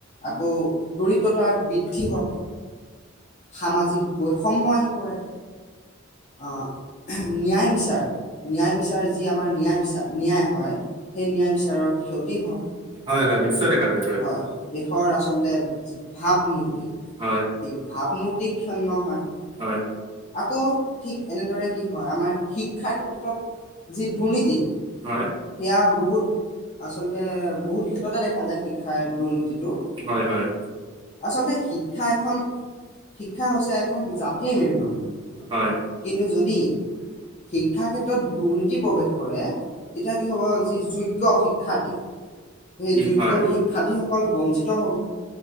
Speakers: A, on the left; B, on the right.
A: আকৌ দৰিদ্ৰতা বৃদ্ধি হয় সামাজিক বৈষম্য আহি পৰে অঁ ন্যায় বিচাৰ ন্যায় বিচাৰ যি আমাৰ ন্যায় বিচাৰ ন্যায় হয়। সেই ন্যায় বিচাৰৰ ক্ষতি হয়।
B: হয় হয় নিশ্চয় দেখা যায়
A: হয় দেশৰ আচলতে যি ভাৱমূৰ্তি। সেই
B: হয়
A: ভাৱমূৰ্তি ক্ষন্ন হয়।
B: হয়
A: আকৌ ঠিক এনেদৰে কি হয় আমাৰ শিক্ষাৰ ক্ষেত্ৰত যি দুৰ্নীতি
B: হয়
A: সেয়া বহুত আচলতে বহুত ক্ষেত্ৰতে দেখা যায় শিক্ষাৰ দুৰ্নীতিটো
B: হয় হয় হয় হয়
A: আচলতে শিক্ষা এখন শিক্ষা হৈছে এ এখন জাতি মেৰুদণ্ড
B: হয়
A: কিন্তু যদি শিক্ষা ক্ষেত্ৰত দুৰ্নীতি প্ৰৱেশ কৰে, তেতিয়া কি হ'ব যি যোগ্য শিক্ষাৰ্থী- সেই
B: উম,
A: যোগ্য
B: হয়।
A: শিক্ষাৰ্থীসকল বঞ্চিত হ'ব।